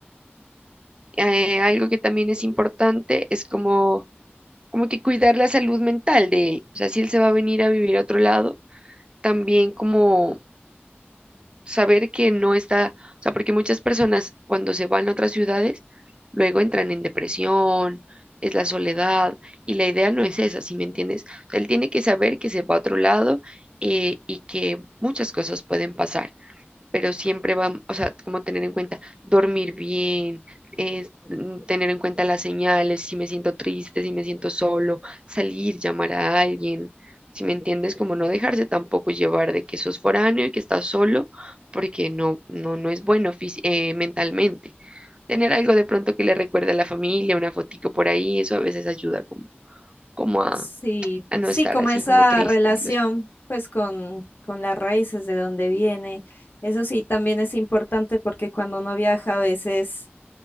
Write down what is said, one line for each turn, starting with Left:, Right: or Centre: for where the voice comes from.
Right: eh, algo que también es importante es como como que cuidar la salud mental de él. O sea, si él se va a venir a vivir a otro lado, también como saber que no está, o sea, porque muchas personas cuando se van a otras ciudades, luego entran en depresión, es la soledad, y la idea no es esa, si me entiendes? O sea, él tiene que saber que se va a otro lado eh, y que muchas cosas pueden pasar pero siempre vamos, o sea, como tener en cuenta dormir bien, es, mm, tener en cuenta las señales, si me siento triste, si me siento solo, salir, llamar a alguien, si me entiendes, como no dejarse tampoco llevar de que sos foráneo y que estás solo, porque no, no, no es bueno fis- eh, mentalmente. Tener algo de pronto que le recuerde a la familia, una fotico por ahí, eso a veces ayuda como, como a,
Left: Sí,
Right: a no
Left: sí,
Right: estar
Left: como
Right: así
Left: esa
Right: como triste.
Left: relación
Right: Los
Left: pues con, con las raíces de donde viene. Eso sí, también es importante porque cuando uno viaja a veces